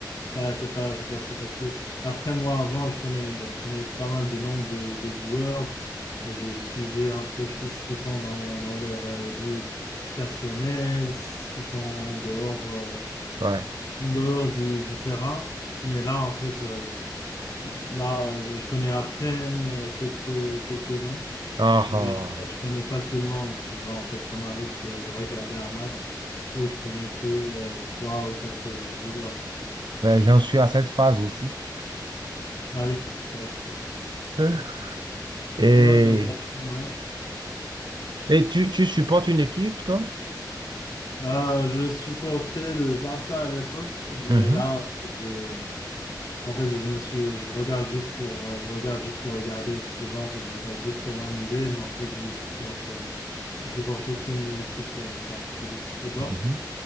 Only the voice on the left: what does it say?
ouais, c'est pas, c'est pas si facile. Après, moi, avant, je connais, je connais pas mal de noms de, de joueurs. Euh, Je, je suivais un peu ce qu'ils font dans, dans leur euh, vie personnelle, ce qu'ils font en dehors, euh,
en dehors du, du terrain. Mais là, en fait, je, je- là, je je connais à peine euh, quelques, quelques noms.
Mais
euh, je connais pas tout le monde, tu vois. En fait, ça m'arrive de, de regarder un match où je connais que euh, trois ou quatre joueurs.
Ah oui, ouais, c'est-
sinon tu regardes. ouais.
Ah, je supportais le Barça à l'époque, mais
là, je, en fait, je, je ne suis, je regarde juste pour, euh, je regarde juste pour regarder, tu vois. En fait, je regarde juste pour m'amuser, mais en fait, je ne supporte, euh, je supporte aucune équipe euh, en particulier. Et toi?